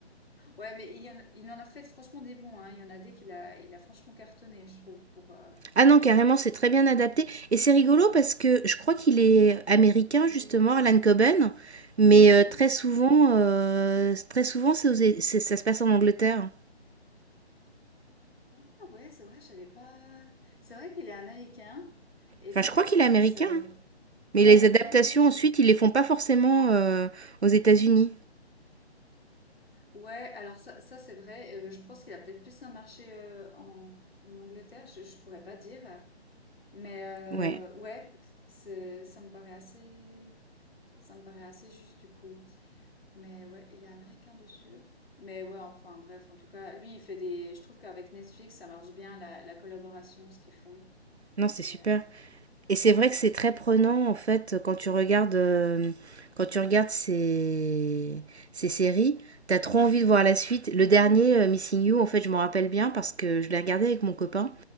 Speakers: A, on the left; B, on the right.
A: Ouais, mais il y en, il en a fait franchement des bons, hein. Il y en a des qu'il a, il a franchement cartonné, je trouve, pour... euh,
B: Ah non, carrément, c'est très bien adapté. Et c'est rigolo parce que je crois qu'il est américain, justement, Alan Coben. Mais
A: Mhm.
B: euh, très souvent, euh, très souvent c'est aux É- c'est- ça se passe en Angleterre.
A: Ah ouais, c'est vrai, j'avais pas. C'est vrai qu'il est américain et
B: Enfin,
A: c'est
B: je
A: vrai
B: crois qu'il
A: que ça
B: est
A: se
B: américain.
A: passe. euh,
B: hein. Mais
A: Ouais,
B: les adaptations,
A: oui, oui, oui. je-
B: ensuite, ils les font pas forcément euh, aux États-Unis.
A: Ouais, alors ça, ça c'est vrai. euh, je pense qu'il a peut-être plus un marché euh, en, en Angleterre, je, je pourrais pas dire. Mais euh,
B: Ouais,
A: ouais, c'est, ça me paraît assez, ça me paraît assez juste du coup. Mais ouais, il est américain de sûr. Mais ouais, enfin bref, en tout cas, lui, il fait des... Je trouve qu'avec Netflix, ça marche bien, la, la collaboration, ce qu'ils font.
B: non, c'est
A: Et
B: super.
A: euh,
B: Et c'est vrai que c'est très prenant, en fait, quand tu regardes, euh, quand tu regardes ces, ces séries. T'as trop envie de voir la suite. Le dernier, euh, Missing You, en fait, je m'en rappelle bien parce que je l'ai regardé avec mon copain.